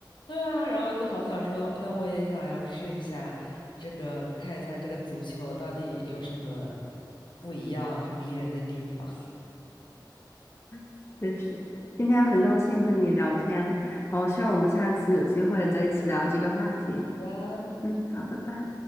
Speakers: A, on the left; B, on the left.
A: 对啊，然后我就好想说，那我也想要试一下这个，看一下这个足球到底有什么不一样还迷人的地方。
B: <laughs> 真是。今天很高兴和你聊天，哦，希望我们下次有机会再一起聊这个话题。
A: <laughs> 啊
B: 嗯，好，拜拜。